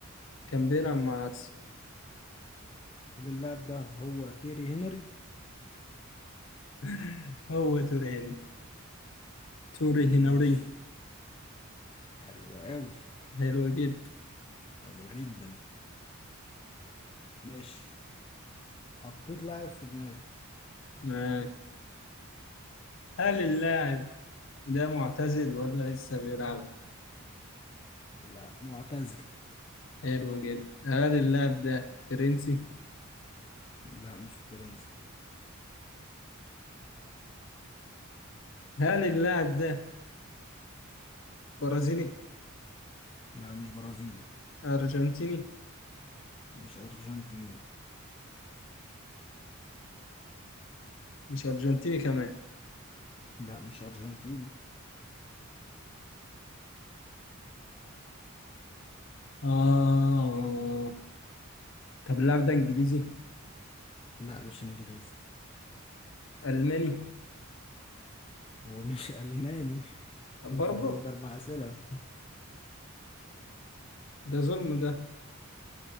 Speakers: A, on the left (about 65°); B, on the left (about 25°).
A: كان بيلعب مع ارسنال
B: هل اللاعب ده هو تيري هنري
A: <laughs> هو تورين توري
B: ماشي
A: هنري
B: حلو قوي
A: حلو جدا
B: حلو جدا ماشي حطيت لاعب في دماغي
A: ماشي هل اللاعب ده معتزل ولا لسه بيلعب
B: لا معتزل
A: حلو جدا هل اللاعب ده فرنسي
B: لا مش فرنسي
A: هل اللاعب ده برازيلي
B: لا مش برازيلي
A: ارجنتيني
B: مش أرجنتيني
A: مش ارجنتيني كمان
B: لا مش أرجنتيني
A: اه طب اللاعب ده انجليزي
B: لا مش إنجليزي
A: الماني
B: هو مش <laughs> ألماني
A: برضه
B: كده فاضل لك أربع أسئلة
A: ده ظلم ده